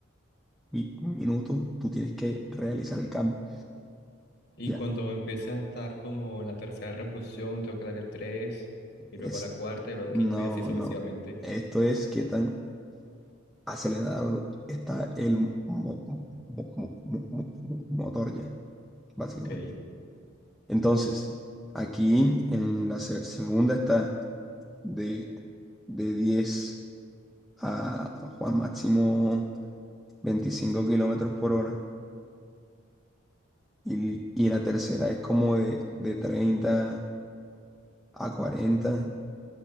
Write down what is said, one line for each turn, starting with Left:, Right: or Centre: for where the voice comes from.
Centre: mi- minuto, tú tienes que realizar el cambio.
Left: Y
Centre: Ya.
Left: cuando empieces a estar como en la tercera reproducción, tengo que darle tres, y luego
Centre: Es,
Left: la cuarta, y luego
Centre: no,
Left: quinto, y así sucesivamente.
Centre: no. Esto es qué tan acelerado está el mo- mo- mo- mo- mo- mo- motor ya, básicamente.
Left: Ok.
Centre: Entonces, aquí en la se- segunda está de, de 10 a Juan máximo 25 kilómetros por hora. Y, y la tercera es como de, de 30 a cuarenta